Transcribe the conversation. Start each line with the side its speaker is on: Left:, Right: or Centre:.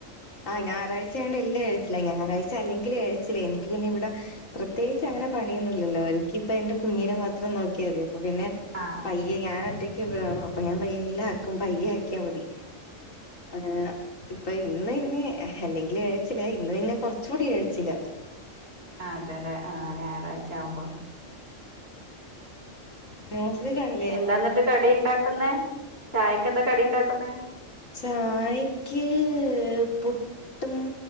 Left: ആഹ ഞായറാഴ്ചായണ്ട് എല്ലാം എ ഴിച്ചില ഞായറാഴ്ച അല്ലെങ്കി ലേ എഴിച്ചില എനിക്ക് പിന്നെ ഇവിടെ പ്രത്യേകി ച്ച് അങ്ങനെ പണിയൊന്നില്ലല്ലോ എനികി പ്പോ എന്റെ കുഞ്ഞിനെ മാത്രം നോക്കി ക്കിയ മതി അപ്പൊ പിന്നെ
Right: ആ
Left: പയ്യെ ഞാൻ ഒറ്റക്ക്.. അപ്പ ഞാൻയ്യെല്ലാം ആക്കും പയ്യെ ആക്കിയ മതി ആ ഇപ്പൊ ഇന്ന് ന്നെ ഹല്ലെങ്കിൽ എഴച്ചിലഇന്നപിന്നെ കൊറച്ച കൂടി എഴിച്ചില്ല
Right: ആ അതെല്ലേ ആഹ് ഞായറാഴ്ച ആവുമ്പോ
Left: ന്യൂസൽകണ്
Right: എന്താ ന്നിട്ട് കടി യുണ്ടാക്കുന്നെ ചായക്കെന്താ കടി ഉണ്ടാക്കുന്ന
Left: ചായക്ക്... പുട്ടും